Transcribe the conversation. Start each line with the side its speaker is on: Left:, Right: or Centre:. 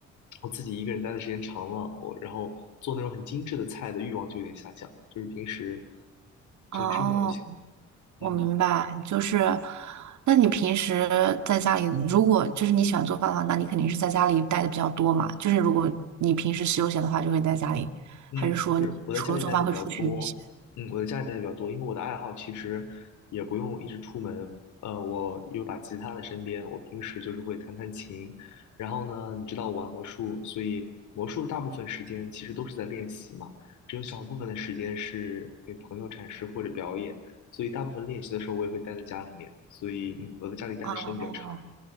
Left: 我自己一个人待的时间长了，我然后做那种很精致的菜的欲望就有点下降，就是平时只吃饱就行。
Right: 哦。我明白，
Left: 嗯。
Right: 就是，那你平时在家里，如果就是你喜欢做饭的话，那你肯定是在家里待的比较多嘛。就是如果你平时休闲的话，就会在家里，
Left: 嗯，
Right: 还是说你除了做饭会出去一些？
Left: 是我在家里待的比较多，嗯，我在家里待的比较多，因为我的爱好其实也不用一直出门，呃，我有把吉他在身边，我平时就是会弹弹琴，然后呢，你知道我玩魔术，所以魔术大部分时间其实都是在练习嘛，只有小部分的时间是给朋友展示或者表演，所以大部分练习的时候我也会待在家里面，所以嗯，我在家里待的时间比较长，
Right: 哦，